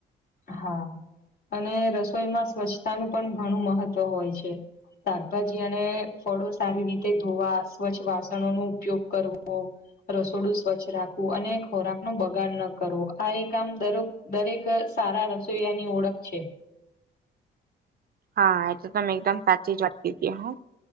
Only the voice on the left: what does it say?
હા, અને રસોઈમાં સ્વચ્છતાનું પણ ઘણું મહત્વ હોય છે. શાકભાજી અને ફળો સારી રીતે ધોવા સ્વચ્છ વાસણો નો ઉપયોગ કરવો. રસોડું સ્વચ્છ રાખવું અને ખોરાક નું બગાડ ન કરવું આ એ કામ દરેક સારા રસોઈયા ની ઓળખ છે.